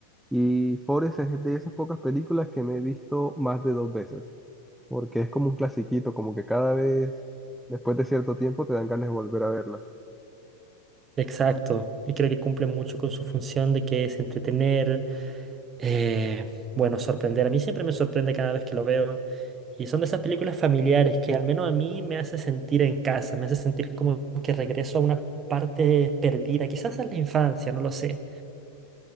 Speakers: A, in the centre; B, on the right.
A: Y Forest es de esas pocas películas que me he visto más de dos veces, porque es como un clasiquito, como que cada vez, después de cierto tiempo, te dan ganas de volver a verla.
B: Exacto, y creo que cumple mucho con su función de que es entretener, Eh, bueno, sorprender. A mí siempre me sorprende cada vez que lo veo. Y son de esas películas familiares que al menos a mí me hace sentir en casa, me hace sentir como que regreso a una parte perdida, quizás a la infancia, no lo sé.